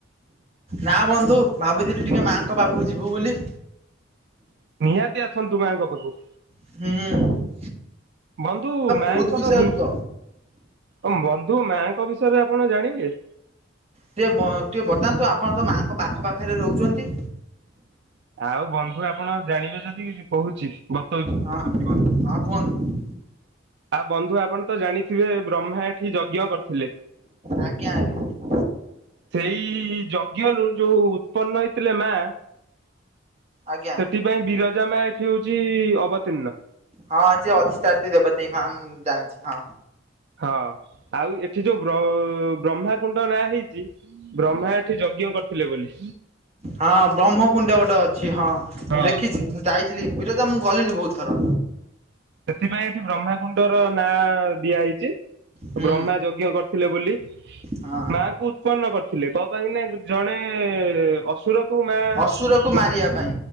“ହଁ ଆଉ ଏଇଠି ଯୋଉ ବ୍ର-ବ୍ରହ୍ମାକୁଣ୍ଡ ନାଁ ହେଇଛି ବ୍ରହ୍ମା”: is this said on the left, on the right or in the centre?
Right